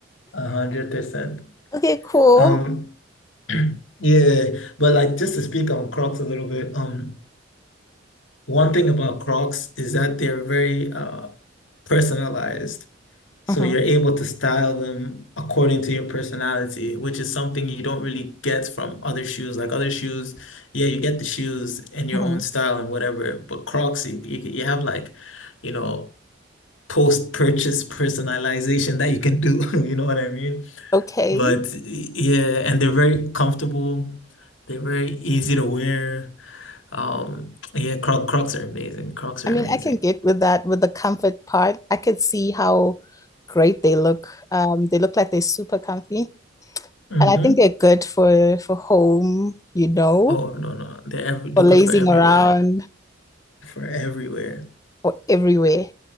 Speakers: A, on the left (about 90°); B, on the left (about 20°).
A: A hundred percent.
B: Okay, cool.
A: Um, <clears throat> yeah, but like just to speak on Crocs a little bit, um, one thing about Crocs is that they're very uh personalized. So
B: Mhm,
A: you're able to style them according to your personality, which is something you don't really get from other shoes. Like other shoes, yeah, you get the shoes in your
B: mhm.
A: own style and whatever, but Crocs, you, you, you have like, you know, post-purchase personalization that you can do. <laughs> You know what I mean?
B: okay.
A: But yeah, and they're very comfortable. They're very easy to wear. Um, yeah, Croc, Crocs are amazing. Crocs
B: I
A: are
B: mean,
A: amazing.
B: I can get with that with the comfort part. I could see how great they look. Um, they look like they're super comfy,
A: hmm
B: and I think they're good for for home, you know,
A: Oh no, no, they're every, they're
B: for lazing
A: good for everywhere.
B: around
A: for everywhere.
B: or everywhere.